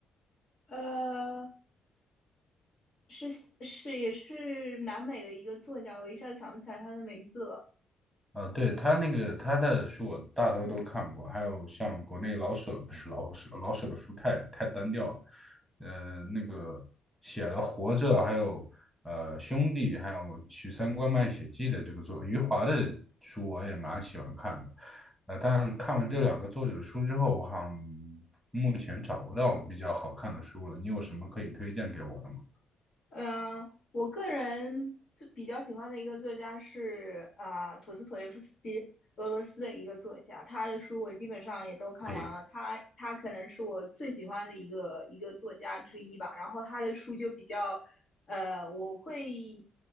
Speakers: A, on the left; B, in the centre.
A: 呃，是是也是南美的一个作家，我一下想不起来他的名字了。
B: 呃，对，他那个他的书我大多都看过，还有像国内老舍，不是老舍，老舍的书太太单调了，呃，那个写了《活着》，还有呃《兄弟》，还有《许三观卖血记》的这个作，余华的书我也蛮喜欢看的，呃，但看完这两个作者的书之后，我好像目前找不到比较好看的书了，你有什么可以推荐给我的吗？
A: 嗯，我个人最比较喜欢的一个作家是啊，陀思妥耶夫斯基，俄罗斯的一个作家，他的书我基本上也都看完了。
B: 呸，
A: 他他可能是我最喜欢的一个一个作家之一吧。然后他的书就比较，呃，我会